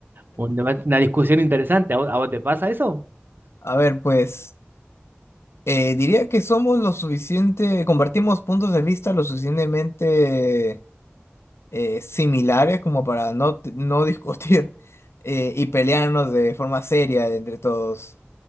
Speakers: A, on the right (about 55°); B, on the left (about 85°).
A: un debate, una discusión interesante. ¿A vos, a vos te pasa eso? <laughs>
B: A ver, pues. Eh, diría que somos lo suficiente, compartimos puntos de vista lo suficientemente eh, similares como para no, t- no <laughs> discutir eh, y pelearnos de forma seria entre todos.